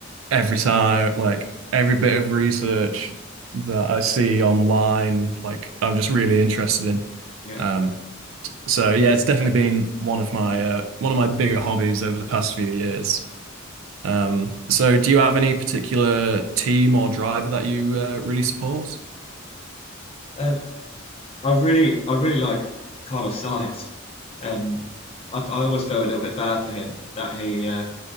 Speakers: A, on the right; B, on the left.
A: every time, like every bit of research that I see online, like I'm just really interested in.
B: Yeah.
A: Um, So yeah, it's definitely been one of my uh, one of my bigger hobbies over the past few years. Um, so do you have any particular team or driver that you uh, really support?
B: Um, I really, I really like Carlos Sainz. Um, I, I almost felt a little bit bad for him that he uh,